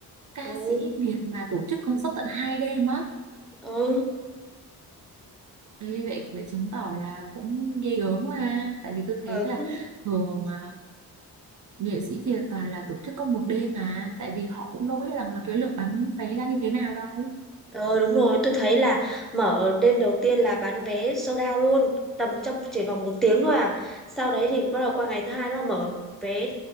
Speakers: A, on the right; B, in the centre.
A: ca
B: ừ
A: sĩ Việt mà tổ chức concert tận hai đêm á.
B: ừ
A: Ê, vậy vậy chứng tỏ là cũng ghê gớm mà tại vì tôi thấy
B: ừ,
A: là
B: cũng-
A: thường à, nghệ sĩ Việt toàn là tổ chức có một đêm mà tại vì họ cũng đâu biết rằng là cái lượng bán vé ra như thế nào đâu.
B: ừ đúng rồi tôi thấy là mở đêm đầu tiên là bán vé sold out luôn tầm trong chỉ vòng một tiếng thôi à sau đấy thì bắt đầu qua ngày thứ hai nó mở vé